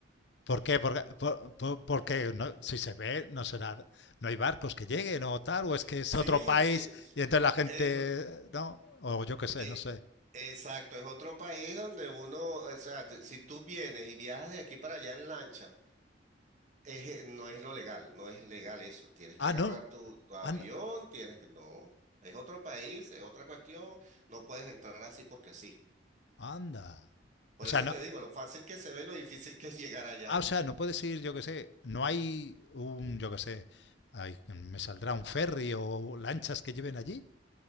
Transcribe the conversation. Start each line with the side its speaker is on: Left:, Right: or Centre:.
Left: ¿Por qué? Porque, por- por- porque no- si se ve, no será, no hay barcos que lleguen o tal, o es que es
Right: Sí,
Left: otro país
Right: sí,
Left: y entonces la gente,
Right: es-
Left: ¿no? O yo qué sé,
Right: eh,
Left: no sé.
Right: exacto, es otro país donde uno, o sea, te- si tú vienes y viajas de aquí para allá en lancha, es, eh, no es lo legal, no es legal eso. Tienes que
Left: Ah,
Right: agarrar
Left: no,
Right: tu, tu avión,
Left: an-
Right: tienes que... No, es otro país, es otra cuestión. No puedes entrar así porque sí.
Left: anda.
Right: Por
Left: O sea,
Right: eso
Left: no,
Right: te digo, lo fácil que se ve, lo difícil que es llegar allá.
Left: ah, o sea, no puedes ir, yo qué sé, no hay un, yo qué sé, ay, me saldrá un ferry o lanchas que lleven allí.